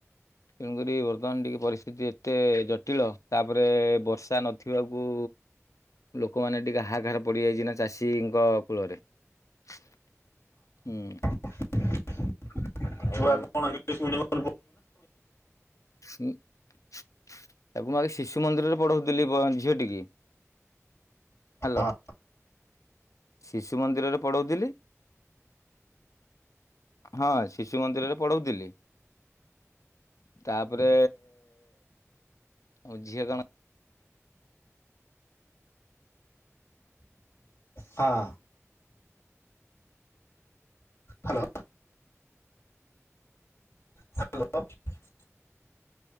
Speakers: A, on the left (about 85°); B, on the left (about 55°).
A: ତେଣୁକରି ବର୍ତ୍ତମାନ ଟିକେ ପରିସ୍ଥିତି ଏତେ ଜଟିଳ ତାପରେ ବର୍ଷା ନଥିବାକୁ ଲୋକମାନେ ଟିକେ ହାହକାର ପଡିଯାଇଛି ନା ଚାଷୀଙ୍କ କୂଳରେ। ହୁଁ।
B: <inaudible>
A: ଆଉ
B: ଛୁଆ କଣ ଇଂଲିଶ ମିଡ଼ିଅମ
A: ହୁଁ <inaudible> ତାକୁ ମୁ ଆଗ ଶିଶୁ ମନ୍ଦିରରେ ପଢଉଥିଲି ବ ଝିଅ ଟିକି। ହ୍ୟାଲୋ।
B: ହଁ
A: ଶିଶୁ ମନ୍ଦିରରେ ପଢଉଥିଲି। ହଁ, ଶିଶୁ ମନ୍ଦିରରେ ପଢଉଥିଲି। ତାପରେ? ଏ ଝିଅ କଣ?
B: ହଁ, hello hello <unintelligible>